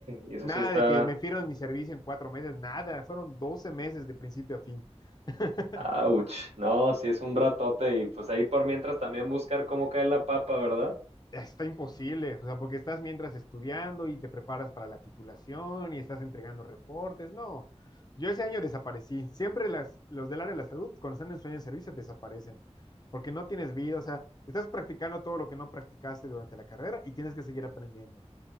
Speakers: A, on the right; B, on the left.
A: y eso
B: Nada
A: sí está...
B: de que me firmen mi servicio en cuatro meses, nada. Fueron 12 meses de principio a fin. <laughs>
A: Ouch, no, sí es un ratote y pues ahí por mientras también buscar cómo cae la papa, ¿verdad?
B: Está imposible, o sea, porque estás mientras estudiando y te preparas para la titulación y estás entregando reportes. No, yo ese año desaparecí. Siempre las, los del área de la salud, cuando están en sueño de servicio, desaparecen, porque no tienes vida, o sea, estás practicando todo lo que no practicaste durante la carrera y tienes que seguir aprendiendo.